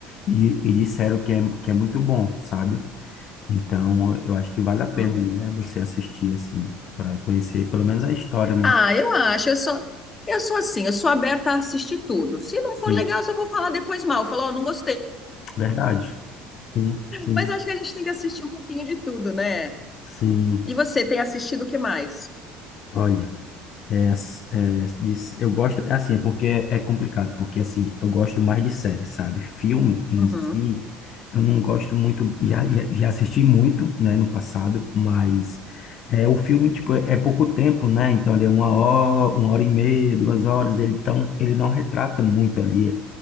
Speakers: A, on the left; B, on the left.
A: e, e disseram que é, que é muito bom, sabe? Então, eu acho que vale a pena,
B: Aham.
A: né,
B: Uhum.
A: você assistir, assim, para conhecer pelo menos a história, né?
B: Ah, eu acho, eu sou, eu sou assim, eu sou aberta a assistir tudo. Se não for
A: Sim,
B: legal, eu só vou falar depois mal, falar, ó, não gostei.
A: verdade. Sim, sim,
B: Mas acho que a gente tem que assistir um pouquinho de tudo, né?
A: sim.
B: E você tem assistido o que mais?
A: Olha. É, s- é, de s- eu gosto, é assim, é porque é complicado, porque assim, eu gosto mais de séries, sabe? Filme em
B: Uhum.
A: si, eu não gosto muito, já, já, já assisti muito, né, no passado, mas é, o filme, tipo, é, é pouco tempo, né? Então, ele é uma hora, uma hora e meia, duas horas, ele, então, ele não retrata muito ali